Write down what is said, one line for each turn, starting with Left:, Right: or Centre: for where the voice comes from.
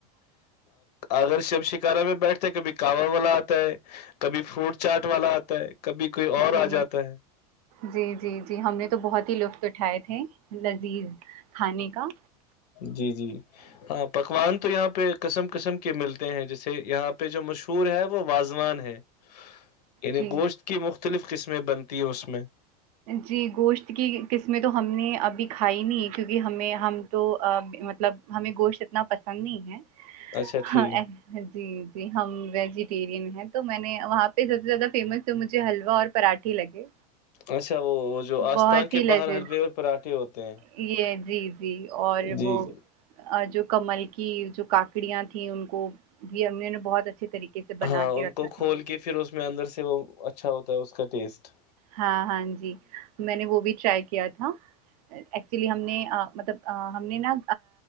Left: اگر ش شکارا میں بیٹھتے کبھی کانوا والا آتا ہے کبھی فروٹ چاٹ والا آتا ہے کبھی کوئی اور آ
Right: جی
Left: جاتا ہے
Right: جی جی جی ہم نے تو بہت ہی لطف کر اٹھائے تھے <unintelligible> لذیذ کھانے کا
Left: جی جی ہاں پکوان تو یہاں پہ قسم قسم کے ملتے ہیں جس سے یہاں پہ جو مشہور ہے وہ واض زو ہے <unintelligible> انعیں
Right: جی
Left: گوشت کی مفت مختلف قسمیں بنتی ہیں اس میں
Right: جی گوشت کی قسمیں تو ہم نے ابھی کھائی نہیں کیونکہ ہمیں ہم تو مطلب ہمیں گوشت اتنا پسند نہیں ہے
Left: اچھا ٹھیک
Right: جی جی ہم ویجیٹیرین تو میں نے وہاں پہ سب سے زیادہ فیمس تو مجھے حلوا اور پراٹھی لگے
Left: اچھا وہ وہ جو
Right: بہت
Left: آستھان کے
Right: ہی لذیذ
Left: باہر حلوے اور پراھے ہوتے ہیں
Right: یہ جی جی اور
Left: جی
Right: وہ
Left: جی
Right: جو کمل کی جو کاکڑیاں تھیں ان کو بھی امیوں نے بہت اچھے طریقے سے بنا
Left: ہاں
Right: کے
Left: ان
Right: رکھا
Left: کو کھول
Right: تھا
Left: کے پھر اس اس میں اندر سے وہ اچھا ہوتا ہے اس کا ٹیسٹ
Right: ہاں ہاں جی میں نے وہ بھی ٹرائی کیا تھا ایکچولی ہم نے مطلب ہم نے نا